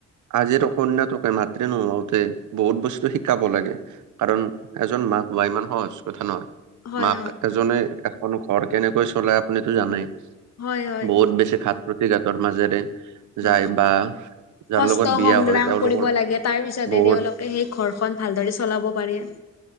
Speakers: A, on the right (about 75°); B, on the left (about 55°).
A: আজিৰ কন্যাটোকে মাতৃ নহওঁতে বহুত বস্তু শিকাব লাগে। কাৰণ এজন মাক হোৱা ইমান সহজ কথা নহয়।
B: হয়
A: মাক এজনে এখন ঘৰ কেনেকৈ চলাই আপুনিতো জানেই।
B: হয় হয় হয়
A: বহুত বেছি ঘাত প্ৰতিঘাতৰ মাজেৰে
B: হয়
A: যায় বা যাৰ
B: কষ্ট
A: লগত বিয়া
B: সংগ্ৰাম
A: হয় তেওঁলোকৰ
B: কৰিব লাগে তাৰ পিছতহে
A: বহুত
B: তেওঁলোকে সেই ঘৰখন ভালদৰে চলাব পাৰে।